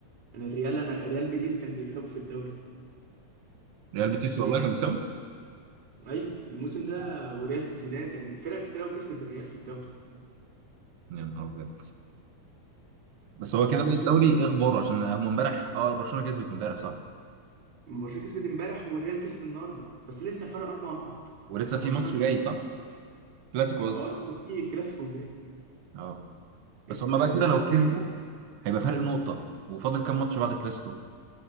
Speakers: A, on the right; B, on the right.
A: انا الريال انا ريال بيتيس كان بيكسبوا في الدوري
B: ريال
A: فمش
B: بيتيس
A: شايف
B: والله كان بيكسبوا
A: ايوه الموسم ده وريال سوسيداد يعني فرق كتير قوي كسبت الريال في الدوري
B: يا نهار ابيض بس هو كده
A: فمش
B: بقى الدوري
A: شايف
B: ايه اخباره عشان هم امبارح اه برشلونه كسبت امبارح صح
A: ما برشلونه كسبت امبارح والريال كسب النهارده بس لسه فرق اربع نقط
B: ولسه في
A: برشلونه
B: ماتش
A: الاول
B: جاي صح كلاسيكو
A: ما
B: قصدي
A: اه لسه في كلاسيكو الجاي
B: اه بس
A: الت-
B: هم
A: آه،
B: بقى
A: الاسبوع
B: كده لو
A: الجاي
B: كسبوا هيبقى فرق نقطه وفاضل كام ماتش بعد الكلاسيكو